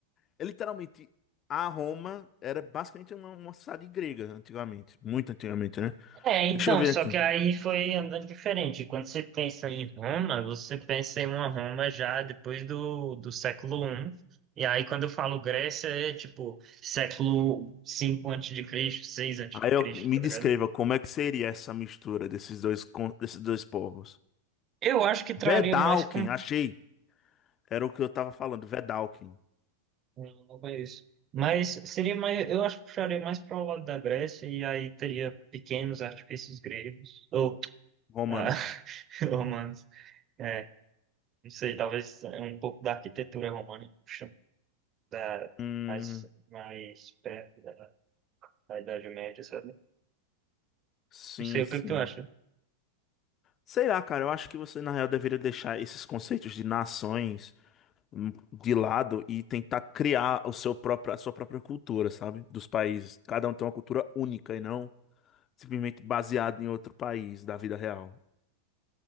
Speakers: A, on the left; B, on the right.
A: é literalmente a Roma era basicamente uma, uma cidade grega antigamente, muito antigamente, né?
B: É, então,
A: Deixa eu ver
B: só
A: aqui.
B: que aí foi andando diferente. Quando você pensa em Roma, você pensa em uma Roma já depois do, do século I. E aí, quando eu falo Grécia, é tipo século cinco antes de Cristo, 6 antes
A: Aí
B: de Cristo,
A: eu, me
B: tá ligado?
A: descreva como é que seria essa mistura desses dois con- desses dois povos.
B: Eu acho que traria
A: Vedalken,
B: mais com.
A: achei. Era o que eu tava falando, Vedalken,
B: Não, não conheço. Mas seria mais, eu acho que puxaria mais para o lado da Grécia e aí teria pequenos artifícios gregos ou
A: Romanos.
B: ah, <laughs> romanos. É, não sei, talvez um pouco da arquitetura romana, puxa, da,
A: Hum,
B: mais, mais perto da, da Idade Média, sabe?
A: sim,
B: Não sei o
A: sim.
B: que tu acha.
A: Sei lá, cara, eu acho que você, na real, deveria deixar esses conceitos de nações hum, de lado e tentar criar o seu próprio, a sua própria cultura, sabe? Dos países. Cada um tem uma cultura única e não simplesmente baseado em outro país da vida real.